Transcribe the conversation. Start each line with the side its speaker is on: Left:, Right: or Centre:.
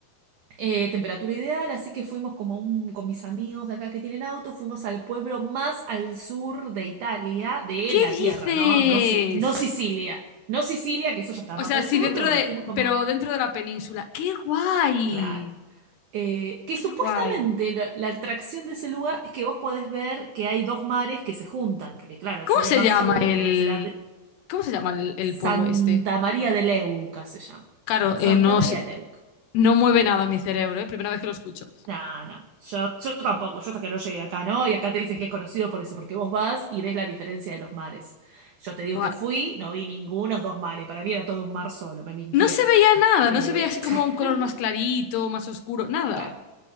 Right: Eh, temperatura ideal, así que fuimos como un, con mis amigos de acá que tienen auto, fuimos al pueblo más al sur de Italia, de
Left: ¿Qué
Right: la
Left: dices?
Right: tierra, ¿no? No, Si- no Sicilia. No Sicilia, que eso ya está más
Left: O sea,
Right: al
Left: sí,
Right: sur,
Left: dentro
Right: pero bueno,
Left: de,
Right: fuimos como...
Left: pero dentro de la península. ¡Qué guay!
Right: Claro. Eh, que
Left: ¡Qué
Right: supuestamente
Left: guay!
Right: la, la atracción de ese lugar es que vos podés ver que hay dos mares que se juntan, porque claro, al
Left: ¿Cómo
Right: ser
Left: se
Right: el más
Left: llama
Right: sur
Left: el,
Right: tenés el ad-
Left: cómo se llama el, el pueblo
Right: Santa
Left: este?
Right: María de Leuca se llama.
Left: Claro,
Right: Santa
Left: eh, no,
Right: María
Left: sé-
Right: de Leuca.
Left: no mueve nada mi cerebro, ¿eh? Primera vez que lo escucho.
Right: No, no, yo, yo tampoco, yo hasta que no llegué acá, ¿no? Y acá te dicen que es conocido por eso, porque vos vas y ves la diferencia de los mares. Yo te digo
Left: Buah.
Right: que fui, no vi ningunos dos mares, para mí era todo un mar solo, me mintieron.
Left: No se veía nada,
Right: Eh,
Left: no se veía así como
Right: <laughs>
Left: un color más clarito, más oscuro, nada.
Right: claro.